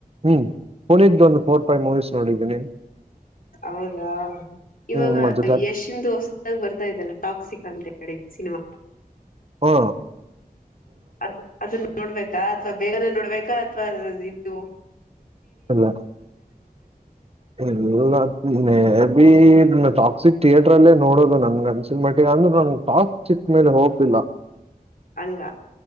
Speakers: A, on the right (about 40°); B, on the left (about 65°).
A: ಹ್ಮ್ ಹನಿದ ಒಂದು ಫೋರ್ ಫೈವ್ ಮೂವೀಸ್ ನೋಡಿದೀನಿ
B: ಹೌದಾ ಇವಾಗ
A: ಹ್ಮ್ ಮತ್ತೆ
B: ಎಶಂದು ಹೊಸದಾಗ ಬರ್ತಾ ಇದಲ್ಲ ಟಾಕ್ಸಿಕ್ ಅಂತ ಹೇಳಿ ಸಿನಿಮಾ
A: ಹಾ
B: ಅದ್ ಅದ ನೋಡ್ಬೇಕಾ ಅಥವಾ ಬೇಗನೆ ನೋಡ್ಬೇಕ ಅಥವಾ ನೀವು
A: ಇಲ್ಲ ಎಲ್ಲ ಮೆ ಬಿ ಟಾಕ್ಸಿಕ್ ಥಿಯೇಟ್ರ ಅಲ್ಲೇ ನೋಡೋದು ನನಿಗೆ ಅನ್ನಿಸಿದ ಮಟ್ಟಿಗೆ ಈಗ ಅಂದ್ರೆ ನನ್ ಟಾಕ್ಸಿಕ್ ಮೇಲೆ ಹೋಪ್ಸ್ ಇಲ್ಲ
B: ಹಂಗ